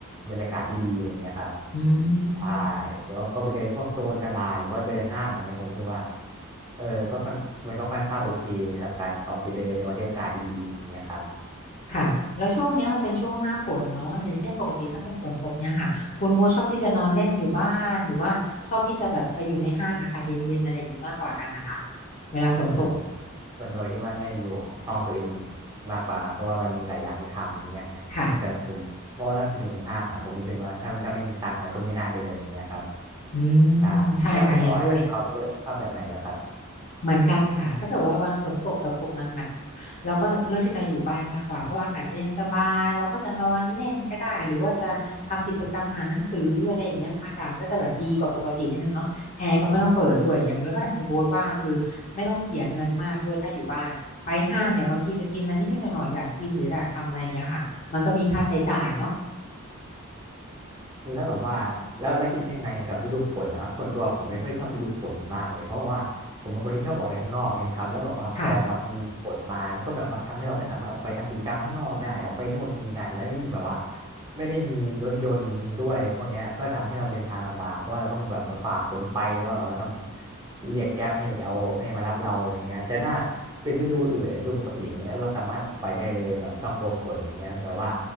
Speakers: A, on the right; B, on the left.
A: บรรยากาศที่ดีอะไรเงี้ยครับ
B: อืม
A: ใช่หรือว่าก็ไปเดินพวกโซนตลาดหรือว่าเดินห้างอย่างเนี้ยผมรู้สึกว่าเออก็ค่อนมันก็ค่อนข้างโอเคสำหรับการออกไปเดินในวันที่อากาศดีๆอย่างเงี้ยครับ
B: ค่ะ แล้วช่วงเนี้ยมันเป็นช่วงหน้าฝนเนาะอย่างเช่นปกติถ้าเป็นฝนตกเนี้ยค่ะ คุณโบชอบที่จะนอนเล่นอยู่บ้านหรือว่าชอบที่จะแบบไปอยู่ในห้างอากาศเย็นๆอะไรอย่างนี้มากกว่ากันนะคะ เวลาฝนตก
A: ส่วนส่วนตัวคิดว่าน่าจะอยู่ของห้องตัวเองมากกว่าครับเพราะว่ามันมีหลายอย่างให้ทำอย่างเงี้ย
B: ค่ะ
A: แต่ผมเพราะว่าน่าจะอยู่ในห้างอ่ะผมรู้สึกว่าถ้าถ้าไม่มีตังค์มันก็ไม่น่าเดินอย่างเงี้ยครับ
B: อืม
A: ใช่แล้วคุณออยชอบเลือกชอบแบบไหนแล้วครับ
B: ใช่ค่ะ เห็นด้วย เหมือนกันค่ะ ถ้าเกิดว่าวันฝนตกแบบตกหนักๆเราก็เลือกที่จะอยู่บ้านมากกว่า เพราะว่าอากาศจะเย็นสบายเราก็จะนอนเล่นก็ได้ หรือว่าจะทำกิจกรรมอ่านหนังสืออะไรอย่างเงี้ยอากาศมันก็จะแบบดีกว่าปกตินิดนึงเนาะแอร์ก็ไม่ต้องเปิดด้วยอย่างแล้วก็อย่างคุณโบ๊ทว่าคือไม่ต้องเสียเงินมากด้วยถ้าอยู่บ้าน ไปห้างเนี่ยบางทีจะกินอะไรนิดๆหน่อยๆอยากกินหรืออยากทำอะไรเงี้ยค่ะมันก็มีค่าใช้จ่ายเนาะ
A: แล้วแบบว่าแล้วแล้วคิดยังไงกับฤดูฝนนะครับส่วนตัวผมไม่ค่อยชอบฤดูฝนมากเลยเพราะว่าผมเป็นคนที่ชอบออกไปข้างนอกใช่ไหมครับแล้วแบบว่าพอมามีฝนมามันก็แบบว่าทำให้เราไม่สามารถออกไปทำกิจกรรมข้างนอกได้ออกไปโน่นนี่นั่นแล้วยิ่งแบบว่า
B: ค่ะ
A: ไม่ได้มีรถยนต์ด้วยพวกเนี้ยก็ทำให้เราเดินทางลำบากเพราะว่าเราต้องแบบว่าฝ่าฝนไปหรือว่าแบบว่าต้องเรียกแก๊ปให้เอาให้มารับเราอะไรเงี้ยแต่ถ้าเป็นฤดูอื่นฤดูปกติอย่างเงี้ยเราสามารถออกไปได้เลยแบบไม่ต้องกลัวฝนอย่างเงี้ยแต่ว่า